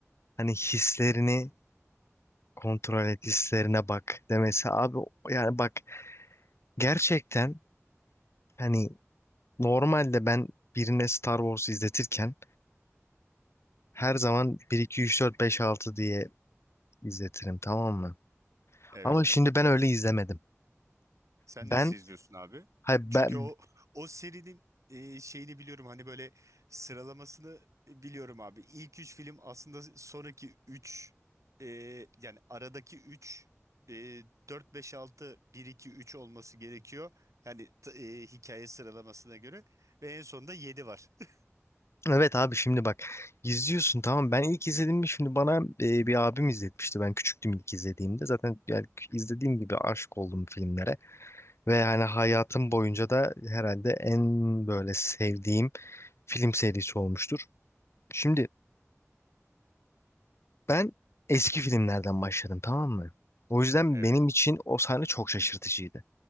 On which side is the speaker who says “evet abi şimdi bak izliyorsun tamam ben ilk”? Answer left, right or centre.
Left